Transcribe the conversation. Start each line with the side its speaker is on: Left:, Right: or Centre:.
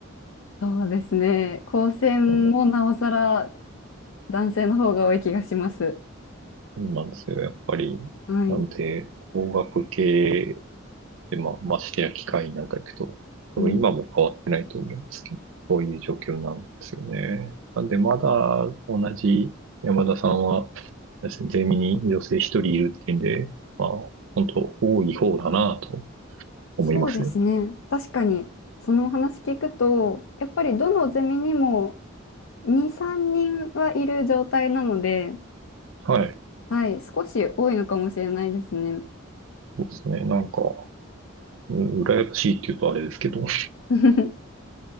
Left: そうですね。高専もなおさら
Right: の
Left: 男性の方が多い気がします。
Right: なもんなんですよやっぱり、
Left: はい。
Right: なんで、工学系で、まあ、ましてや機械なんか行くと、多分今も変わってないと思うんですけど、
Left: うん
Right: そういう状況なんですよね。なんで、まだ同じ山田さんは、ですね、ゼミに女性一人いるっていうんで、まあ、本当多い方だなと思いますよ。
Left: そうですね。確かに、そのお話聞くと、やっぱりどのゼミにも2、3人はいる状態なので、
Right: はい。
Left: はい、少し多いのかもしれないですね。
Right: そうですね。なんか、羨ましいって言うとあれですけど、<laughs>
Left: <laughs>